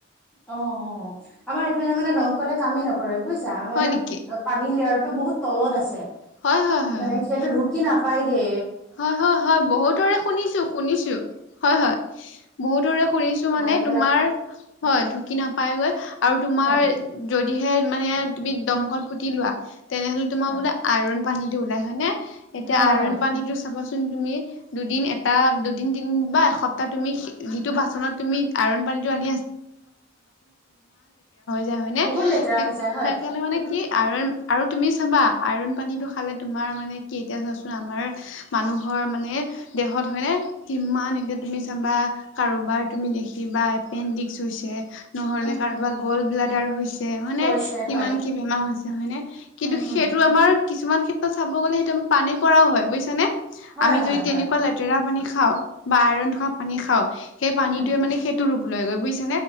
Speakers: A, in the centre; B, on the left.
A: অ অ আমাৰ এইফালে মানে দমকলে কামেই নকৰে বুজিছাাৰ মানে
B: হয় নেকি
A: পানী লেয়াৰ বহুত তলত আছে
B: হয় হয় হয়
A: মানে
B: হয়
A: সেইটো ধুকি নাপায়গে
B: হয় হয় হয় বহুতৰে শুনিছো শুনিছো হয় হয় বহুতৰে শুনিছো মানে
A: <unintelligible>
B: তোমাৰ হয় ঢুকি নাপায়গৈ আৰু তোমাৰ
A: হয়
B: যদিহে মানে তুমি দমকল পুতি লোৱা তেনেহলে তোমাৰ
A: হয়
B: বোলে আইৰণ পানীটো ওলাই হয় নে এতিয়া
A: হয়
B: আইৰন
A: হয়
B: পানীতো চাবাচোন তুমি দুদিন এটা দুদিন তিনদিন বা এসপ্তাহ তুমি যিটো বাচনত তুমি <unintelligible> হৈ যায় হয়নে
A: বহুত লেতেৰা
B: সেই
A: হৈ যায় হয়
B: সেইকাৰণে মানে
A: তুমি
B: কি আৰু আৰু তুমি চাবা আইৰন পানীটো খালে তোমাৰ মানে কি এতিয়া চোৱাচোন আমাৰ মানুহৰ মানে দেহত হয়নে কিমান
A: উম
B: এতিয়া তুমি বা কাৰোবাৰ তুমি দেখিবা এপেণ্ডিক্স হৈছে নহ'লে
A: উম
B: কাৰোবাৰ
A: উম
B: গলব্লাডাৰ আৰ হৈছে হয়নেে
A: হৈছে
B: কিমান
A: হয়
B: কি বেমাৰ হৈছে হয়নে কিন্তু
A: উম
B: সেইটো
A: উম
B: আমাৰ কিছুমান ক্ষেত্ৰত চাব গ'লে সেইটো আমাৰ পানী পৰাও হয় বুজছানে
A: হয়
B: আমি
A: হয়
B: যদি তেনেকুৱা
A: হয়
B: লেতেৰা পানী খাও বা আইৰন থকা পানী খও সেই পানীটোৱে
A: উম
B: মানে সেইটো ৰূপ লৈ গৈ বুজিছ